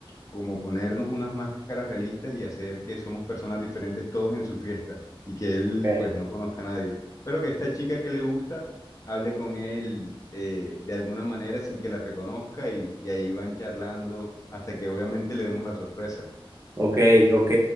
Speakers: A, on the left (about 35°); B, on the right (about 30°).
A: como ponernos unas máscaras realistas y hacer que somos personas diferentes todos en su fiesta y que él
B: ok.
A: pues no conozca a nadie. Pero que esta chica que le gusta hable con él eh, de alguna manera sin que la reconozca y, y ahí van charlando hasta que obviamente le demos la sorpresa.
B: Ok, ok.